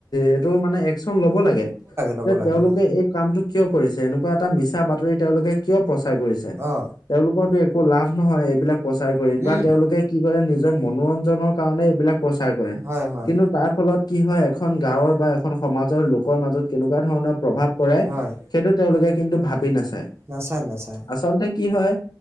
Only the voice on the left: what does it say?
এইটো মানে একচন ল'ব লাগে,
যে
তেওঁলোকে
এক কামটো কিয় কৰিছে এনেকুৱা এটা মিছা বাতৰি তেওঁলোকে কিয় প্ৰচাৰ কৰিছে?
তেওঁলোকৰ একো লাভ নহয় এইবিলাক প্ৰচাৰ কৰি বা
তেওঁলোকে কি কৰে নিজৰ মনোৰঞ্জনৰ কাৰণে এইবিলাক প্ৰচাৰ কৰে।
কিন্তু তাৰ ফলত কি হয় এখন গাঁৱৰ বা এখন সমাজৰ লোকৰ মাজত কেনেকুৱা ধৰণৰ প্ৰভাৱ পৰে,
সেইটো তেওঁলোকে কিন্তু ভাবি নাচায়।
আচলতে কি হয়,